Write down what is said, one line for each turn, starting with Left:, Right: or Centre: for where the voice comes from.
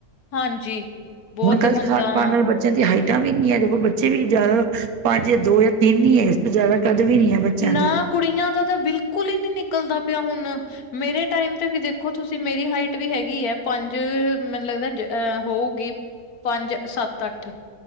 Left: ਹਾਂਜੀ ਬਹੁਤ
Right: ਗ਼ਲਤ
Left: ਹੁਣ
Right: ਖਾਣ
Left: ਤਾਂ
Right: ਪਾਣ
Left: ਹਾਂ।
Right: ਨਾਲ ਬੱਚਿਆਂ ਦੀ ਹਾਈਟਾਂ ਵੀ ਨੀ ਹੈ ਦੇਖੋ ਬੱਚੇ ਵੀ ਜ਼ਿਆਦਾ ਪੰਜ, ਦੋ ਜਾਂ ਤਿੰਨ ਹੀ ਹੈ ਇਸ ਤੋਂ ਜ਼ਿਆਦਾ ਕਦ ਵੀ ਨੀ ਹੈ। ਬੱਚਿਆਂ
Left: ਨਾ
Right: ਦੀ
Left: ਕੁੜੀਆਂ ਦਾ ਤਾਂ ਬਿਲਕੁਲ ਹੀ ਨਹੀਂ ਨਿਕਲਦਾ ਪਿਆ ਹੁਣ। ਮੇਰੇ ਟਾਈਮ ਤੇ ਵੀ ਦੇਖੋ ਤੁਸੀਂ ਮੇਰੀ ਹਾਈਟ ਵੀ ਹੈਗੀ ਹੈ। ਪੰਜ ਮੈਨੂੰ ਲੱਗਦਾ ਜ ਹੋਊ। ਗੀ ਪੰਜ ਸੱਤ, ਅੱਠ।